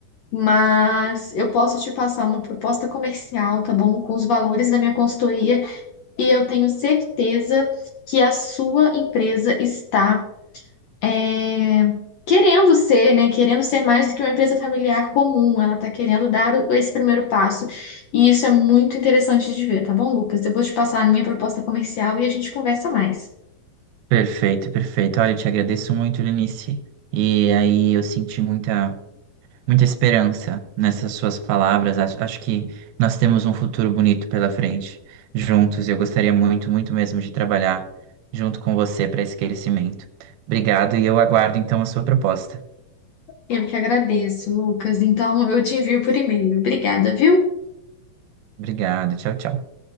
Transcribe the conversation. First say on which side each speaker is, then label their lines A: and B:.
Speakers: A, on the left (about 70°); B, on the right (about 85°).
A: mas eu posso te passar uma proposta comercial, tá bom? Com os valores da minha consultoria, e eu tenho certeza que a sua empresa está é, querendo ser, né? Querendo ser mais do que uma empresa familiar comum. Ela está querendo dar o- esse primeiro passo. E isso é muito interessante de ver, tá bom, Lucas? Eu vou te passar a minha proposta comercial e a gente conversa mais.
B: Perfeito, perfeito. Olha, eu te agradeço muito, Lenice. E aí eu senti muita muita esperança nessas suas palavras. Acho, acho que nós temos um futuro bonito pela frente, juntos. Eu gostaria muito, muito mesmo de trabalhar junto com você para esse crescimento. Obrigado e eu aguardo então a sua proposta.
A: Eu que agradeço, Lucas. Então, eu te envio por e-mail. Obrigada, viu?
B: Obrigado, tchau, tchau.